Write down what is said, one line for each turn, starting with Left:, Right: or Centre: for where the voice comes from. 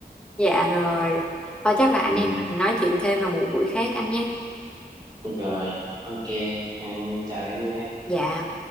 Centre: dạ rồi và chắc là anh
Right: ừ.
Centre: em mình nói chuyện thêm vào một buổi khác anh nhé
Right: rồi ok anh chào em nha
Centre: dạ